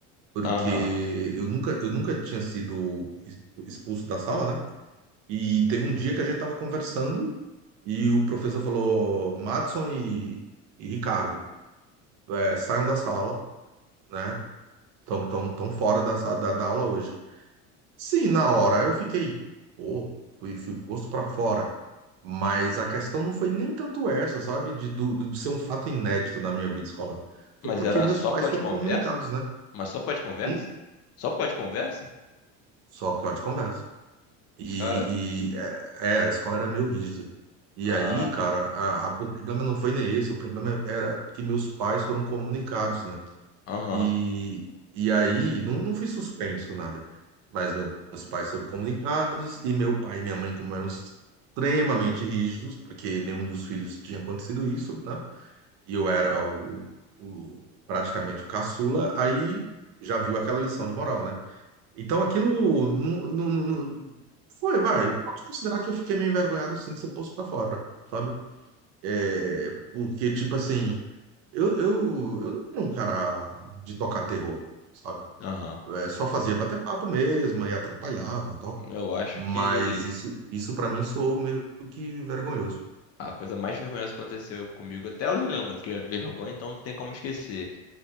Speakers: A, on the right (about 70°); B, on the left (about 40°).
A: porque
B: Aham.
A: eu nunca, eu nunca tinha sido ex- expulso da sala, né? E teve um dia que a gente tava conversando. E o professor falou: Madison e, e Ricardo, é, saiam da sala, né? Estão tão, tão tão fora da, sa- da, da aula hoje. Sim, na hora eu fiquei, pô, fui, fui posto para fora. Mas a questão não foi nem tanto essa, sabe? De, do, do- de ser um fato inédito na minha vida escolar. Foi
B: Mas
A: porque
B: era
A: meus
B: só
A: pais
B: por causa
A: foram
B: de conversa?
A: comunicados, né?
B: Mas só por causa de conversa?
A: E
B: Só por causa de conversa?
A: só por causa de conversa. E,
B: Cara,
A: e, é, é, a escola era meio rígida. E
B: ah,
A: aí, cara, a- a- o problema não foi nem esse, o problema era que meus pais foram comunicados, né?
B: aham,
A: E, e aí, não, não fui suspenso, nada. Mas meu- meus pais foram comunicados, e meu pai e minha mãe, como eram extremamente rígidos, porque nenhum dos filhos tinha acontecido isso, né? E eu era o, o- praticamente o caçula, aí já viu aquela lição de moral, né? Então aquilo não, não, não- não- foi, vai. Pode considerar que eu fiquei meio envergonhado sim de ser posto pra fora, sabe? É, porque, tipo assim. Eu, eu, eu não era um cara de tocar terror, sabe?
B: aham.
A: É, só fazia bater papo mesmo, aí atrapalhava e tal.
B: Eu acho
A: Mas
B: que
A: isso, isso para mim soou meio que vergonhoso.
B: a coisa mais vergonhosa que aconteceu comigo, até hoje eu lembro, né? porque é vergonha então não tem como esquecer.